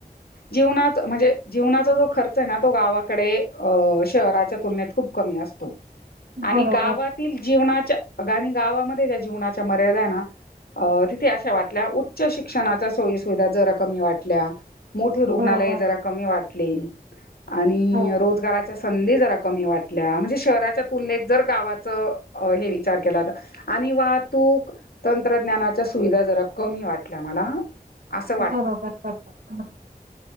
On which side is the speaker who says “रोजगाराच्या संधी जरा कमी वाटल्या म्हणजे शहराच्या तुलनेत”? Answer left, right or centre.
Left